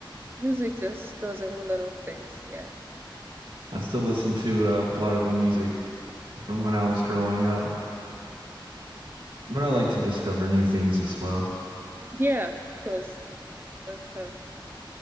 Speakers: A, on the right (about 25°); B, on the right (about 70°).
A: Music just does a whole lot of things. Yeah,
B: I still listen to uh, a lot of the music from when I was growing up, but I like to discover new things as well.
A: yeah, of course, of course.